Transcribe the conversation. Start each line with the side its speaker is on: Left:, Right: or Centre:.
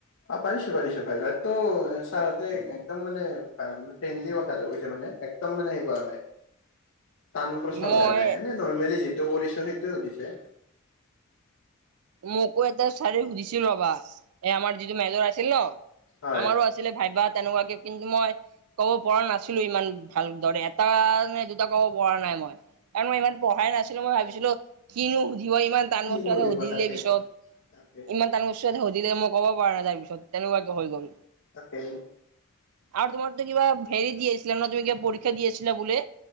Left: অ পাৰিছো পাৰিছো, ভাইবা তো ছাৰহতে একদম মানে ফ্ৰেণ্ডলি কথাটো কৈছে মানে, একদম মানে সেই কৱা নাই। টান প্ৰশ্ন
Right: মই
Left: সোধা নাই এনে নৰ্মেলি যিটো কৰিছো সেইটোয়ে সুধিছে।
Right: মোকো এটা চাৰি সুধিছিল ৰাবা, এই আমাৰ যিটো মেজৰ আছিল ন,
Left: হয়
Right: আমাৰো আছ ছিলে ভাইবা তেনেকুৱাকে কিন্তু মই ক'ব পৰা নাছিলো ইমান ভাল দৰে, এটা নে দুটা ক'ব পৰা নাই মই। কাৱণ মই ইমান পঢ়া নাছিলো মই ভাবিছিলো কিনো সুধিব ইমান টান
Left: কিনো
Right: ব সুধিলে
Left: সুধিব তাকে
Right: পিছত,
Left: তাকে
Right: ইমান টান কুচন সুধিলে মই ক'ব পৰা নাই তাৰ পিছত তেনেকুৱাকে হৈ গ'ল।
Left: তাকেই।
Right: আৰু তোমাৰতো কিবা ভেৰি দিয়ছিলা ন? তুমি কিবা পৰীক্ষা দিয়ছিলা বুলে?